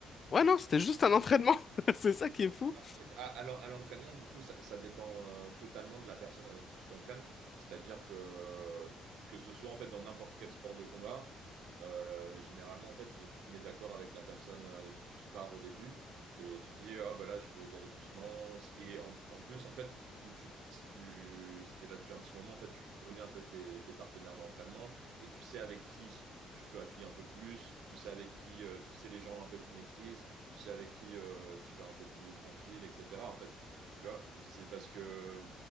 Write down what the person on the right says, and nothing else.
Bah, En fait, à, à l'en- à l'entraînement, du coup, ça, ça dépend euh, totalement de la personne avec qui tu t'entraînes. C'est-à-dire que que ce soit en fait dans n'importe quel sport de combat, euh, généralement en fait, tu te mets d'accord avec la personne avec qui tu spares au début et tu dis ah bah là je veux y aller doucement. Et en, en plus en fait, plus tu si tu si t'es là depuis un petit moment en fait, tu connais un peu tes, tes partenaires d'entraînement et tu sais avec qui tu peux appuyer un peu plus, tu sais avec qui euh, tu sais les gens un peu qui maîtrisent c'est avec qui euh, tu vas un peu plus tranquille, etc. En fait, tu vois, c'est parce que